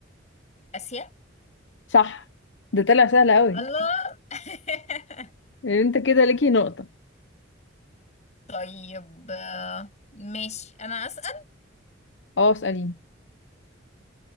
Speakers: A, on the left; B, on the left.
A: اسيا
B: صح ده طلع سهل قوي
A: الله <laughs>
B: انت كده ليكي نقطة
A: طيب آه، ماشي انا اسال
B: اه اسأليني